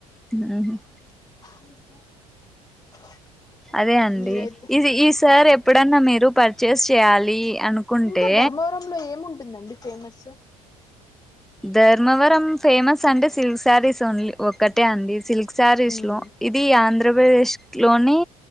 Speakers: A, in the centre; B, on the left (about 20°).
A: ఉ హ్
B: <inaudible>
A: అదే అండి.
B: మీరైతే
A: ఇది ఈ సారీ
B: అ
A: ఎప్పుడన్నా మీరు పర్ చేస్ చేయాలి అనుకుంటే
B: ఇంకా ధర్మవరంలో ఏముం టుదండి ఫేమస్
A: ధర్మవరం ఫేమస్ అంటే, సిల్క్ శారీస్ ఓన్లీ ఒక్కటే అండి సిల్క్ శారీస్
B: ఉమ్
A: లో, ఇది ఆంధ్రప్రదేశ్ ఇంట్లోనే